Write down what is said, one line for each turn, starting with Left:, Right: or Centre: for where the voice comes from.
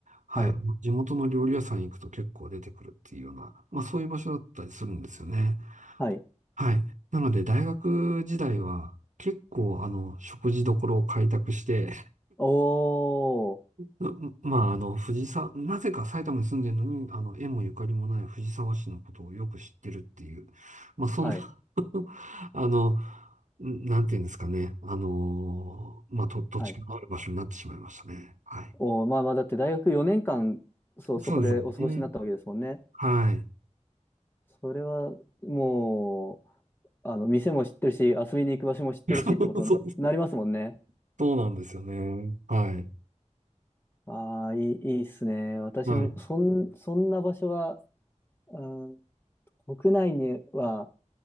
Right: はい、
Left: はい。
Right: 地元の料理屋さん行くと結構出てくるっていうような、まあ、そういう場所だったりするんですよね。
Left: はい。
Right: はい。なので、大学時代は結構、あの、食事処を開拓して
Left: おー。
Right: うまあ、あの、藤沢、なぜか埼玉に住んでるのに、あの、縁もゆかりもない藤沢市のことをよく知ってるっていう、まあ、そんな
Left: はい。
Right: <laughs> あの、んなんていうんですかね、あのまあ、と、土地がある場所になってしまいましたね。
Left: はい。
Right: はい。
Left: おー、まあまあ、だって大学4年間、そう、
Right: そうですよね。
Left: そこでお過ごしになったわけですもんね。
Right: はい。
Left: それは、もう、あの、店も知ってるし、遊びに行く場所も知ってるしってことになりますもんね。
Right: <laughs> そう、そうなんですよね。はい。
Left: ああ、いい、いいっすね。私も、
Right: はい。
Left: そん、そんな場所が、うん、国内には